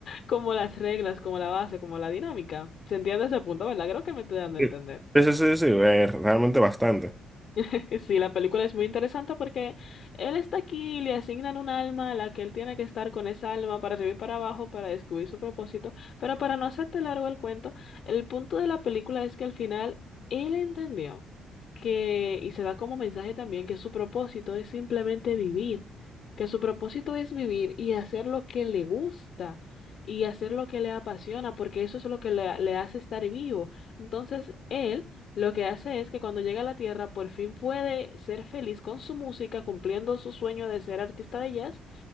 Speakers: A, on the left (about 65°); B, in the centre.
A: como las reglas, como la base, como la dinámica. ¿Se entiende ese punto, verdad? Creo que me estoy dando
B: Sí,
A: a entender.
B: sí, sí, sí, sí, eh, realmente bastante.
A: <laughs> Sí, la película es muy interesante porque él está aquí, le asignan un alma a la que él tiene que estar con esa alma para arriba y para abajo para descubrir su propósito. Pero para no hacerte largo el cuento, el punto de la película es que al final él entendió que, y se da como mensaje también, que su propósito es simplemente vivir, que su propósito es vivir y hacer lo que le gusta. y hacer lo que le apasiona, porque eso es lo que le le hace estar vivo. Entonces, él lo que hace es que cuando llega a la Tierra por fin puede ser feliz con su música, cumpliendo su sueño de ser artista de jazz